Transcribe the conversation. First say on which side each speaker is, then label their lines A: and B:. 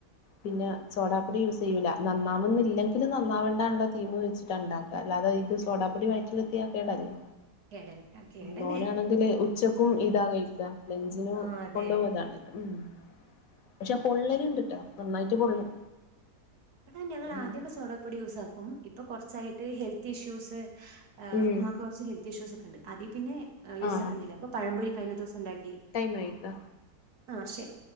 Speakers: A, on the left; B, on the right.
A: പിന്നെ
B: ഉം ഉം
A: സോഡാ ഡി യൂസ് ചെയൂല നന്നാവുന്നില്ലെങ്കും നന്നാവണ്ട ള്ള തീം വെച്ചിട്ട ണ്ടാക്കുക അല്ലാതെ ഇത് സോഡാപ്പൊടി വയറ്റിലെത്തിയാ കേടല്ലേ
B: കേടൻ ആ കേടനെ
A: മോനാണെങ്കില് ഉച്ചക്കും ഇതാ കഴിക്ക ലഞ്ചിനും
B: ആ അതെ
A: കൊണ്ടുപോക ഇതാണ് ഉം പക്ഷെ പൊള്ളല്ണ്ട്ട്ടാ നന്നായിട്ട് പൊള്ളും
B: അതാ ഞങ്ങൾ
A: ഉം
B: ആദ്യൊക്കെ സോഡാ പൊടി യൂസാക്കും ഇപ്പൊ കുറച്ചായിട്ട് ഹെൽത്ത് ഇഷ്യൂസ്
A: ഉം
B: മ്മാക്ക് കുറച്ച് ഹെൽത്ത് ഇഷ്യൂസ് ഒക്ക ഉണ്ട് അതി പിന്നെ യൂസാക്കുന്നില്ല
A: ആഹ്
B: അപ്പൊ പഴം പോരി കഴിഞ്ഞ ദിവസം ഉണ്ടാക്കി
A: മൈദ
B: ആഹ് ശരി